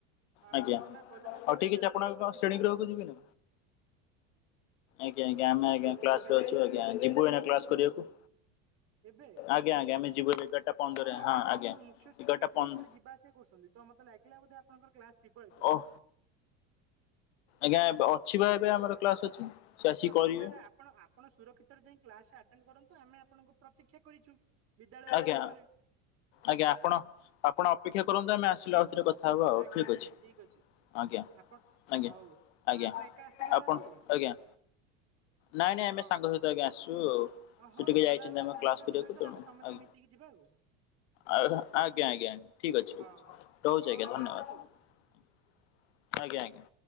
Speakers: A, on the right; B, on the left.
A: ଆପଣ
B: ଆଜ୍ଞା।
A: ତ ଏଇନା କଲେଜରେ
B: ହଉ
A: ଥିବେ
B: ଠିକ୍ ଅଛି
A: ବ୍ୟସ୍ତ
B: ଆପଣ
A: ବ୍ୟସ୍ତ
B: କଣ
A: ଥିବେ
B: ଶ୍ରେଣୀ ଗୃହକୁ
A: ଆଉ?
B: ଯିବେନି? ଆଜ୍ଞା ଆଜ୍ଞା ଆମେ ଆଜ୍ଞା
A: ଏବେ
B: କ୍ଲାସ୍ରେ
A: ଏବେ ଶ୍ରେଣୀ
B: ଅଛୁ ଆଜ୍ଞା
A: ଏବେ ଶ୍ରେଣୀ
B: ଯିବୁ
A: ଗୃହକୁ
B: ଏଇଣା କ୍ଲାସ୍
A: ଯିବେ
B: କରିବାକୁ।
A: ଏବେ
B: ଆଜ୍ଞା ଆଜ୍ଞା ଆମେ ଯିବୁ ଏଗାରଟା ପନ୍ଦରରେ
A: ଓହୋ ଆପଣଙ୍କର
B: ହଁ ଆଜ୍ଞା
A: ଯୋଉ ମୁଖ୍ୟ ଶିକ୍ଷୟତ୍ରୀ
B: ଏଗାରଟା ପନ୍ଦ
A: ଏଇପଟେ ଯିବା ଆସିଆ କରୁଛନ୍ତି। ତ ମତେ ଲାଗିଲ ବଧେ ଆପଣଙ୍କର କ୍ଲାସ୍ ଥିବ ଏବେ।
B: ଓହ ଆଜ୍ଞା ଏବ୍ ଅଛି ବା ଏବେ ଆମର କ୍ଲାସ୍ ଅଛି। ସେ ଆସିକି
A: ହଁ
B: କରିବେ
A: ହଉ ତାହେଲେ ଆପଣ ଆପଣ ସୁରକ୍ଷିତରେ ଯାଇ କ୍ଲାସେ ଆଟେଣ୍ଡ୍ କରନ୍ତୁ ଆମେ ଆପଣଙ୍କୁ ପ୍ରତୀକ୍ଷା କରିଛୁ? ବିଦ୍ୟାଳୟ
B: ଆଜ୍ଞା
A: ସମ୍ମୁଖରେ
B: ଆଜ୍ଞା ଆପଣ ଆପଣ ଅପେକ୍ଷା କରନ୍ତୁ ଆମେ ଆସିଲେ ଆଉଥିରେ କଥ୍ ଥାବ ଆଉ
A: ଆଜ୍ଞା
B: ଠିକ୍
A: ଆଜ୍ଞା
B: ଅଛି।
A: ଠିକ ଅଛି
B: ଆଜ୍ଞା
A: ଆପଣ ହଁ,
B: ଆଜ୍ଞା
A: ହଉ। ଆଉ
B: ଆଜ୍ଞା
A: ଆପଣ ଏକା ଆସିଥିଲେ ତ
B: ଆପନ୍
A: ଆଜି
B: ଆଜ୍ଞା। ନାଇଁ ନାଇଁ ଆମେ
A: ହଉ।
B: ସାଙ୍ଗ ସହିତ ଆଜ୍ଞା ଆସୁ
A: ଓ ହଉ
B: ସେ ଟିକେ
A: ଗଲା
B: ଯାଇଛନ୍ତି
A: ବେଳକୁ
B: ଆମ
A: ସାଙ୍ଗସାଥି
B: କ୍ଲାସ୍ କରିବାକୁ
A: ସହିତ
B: ତେଣୁ
A: ଆମେ ସମସ୍ତେ
B: ଆ
A: ମିଶିକି ଯିବା ଆଉ
B: ଆଲ୍ <inaudible> ଆଜ୍ଞା ଆଜ୍ଞା ଆଜ୍ଞା ଠିକ୍ ଅଛି।
A: ହଉ ହଉ
B: ରହୁଛି
A: ହଉ
B: ଆଜ୍ଞା
A: ଆମେ
B: ଧନ୍ୟବାଦ୍?
A: ରହୁଛୁ।
B: <inaudible> ଆଜ୍ଞା ଆଜ୍ଞା।